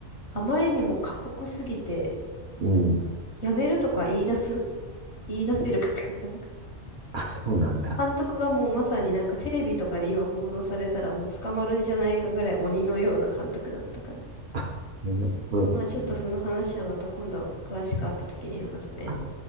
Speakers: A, on the left; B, on the right.
A: あまりにも過酷すぎて、
B: う。うん。
A: やめるとか言い出す、言い出せるか <laughs> な
B: あ、そうなんだ。
A: 監督がもうまさになんかテレビとかで今報道されたらもう捕まるんじゃないかぐらい鬼のような監督だったから。
B: <laughs> あ、そんなところだったんだね。
A: まあちょっとその話はまた今度詳しく会った時に話すね。
B: あ、